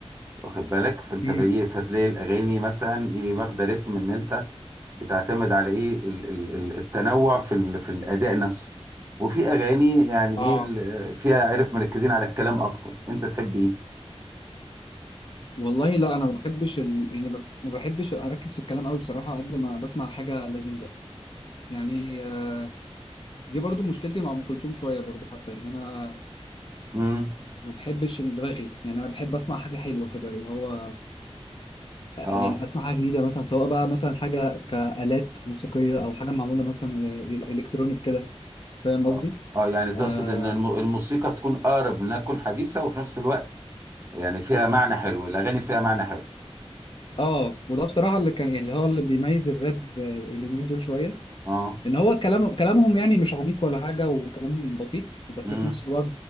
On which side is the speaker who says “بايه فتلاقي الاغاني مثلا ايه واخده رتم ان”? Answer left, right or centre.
Right